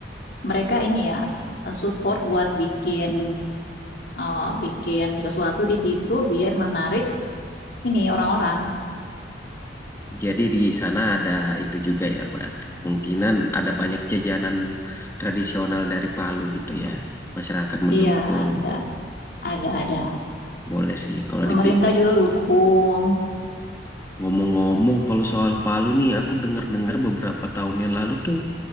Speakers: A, on the left; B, on the left.
A: mereka ini ya eh, support buat bikin eh, bikin sesuatu di situ biar menarik ini orang-orang.
B: Jadi di sana ada itu juga ya, Bang. Kemungkinan ada banyak jajanan tradisional dari Palu gitu ya. Masyarakat mendukung.
A: Iya, ada ada ada.
B: Boleh sih kalau
A: Pemerintah
B: dipik.
A: juga dukung.
B: Ngomong-ngomong kalau soal Palu nih aku dengar-dengar beberapa tahun yang lalu tuh